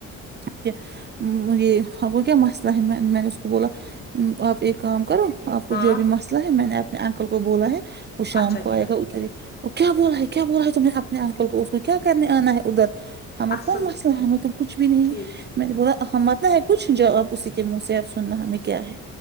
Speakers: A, on the right; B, on the left.
A: کہ مجھے ہاں وہ کیا مسئلہ ہے میں نے میں نے اس کو بولا آپ ایک کام کرو آپ کو
B: ہاں
A: جو بھی مسئلہ ہے میں نے اپنے انکل کو بولا ہے وہ شام
B: اچھا
A: کو
B: کیا
A: آئے گا ادھر ہی کیا بولا ہے کیا بولا ہے تم نے اپنے انکل کو اس نے کیا کرنے آنا ہے ادھر ہمیں
B: اصل
A: کون مسئلہ
B: ہاں
A: ہے ہمیں تو کچھ بھی نہیں
B: ٹھیک
A: ہے میں نے بولا ہم آتے ہے پوچھ جو اب اسی کے منہ سے اب سننا ہمیں کیا ہے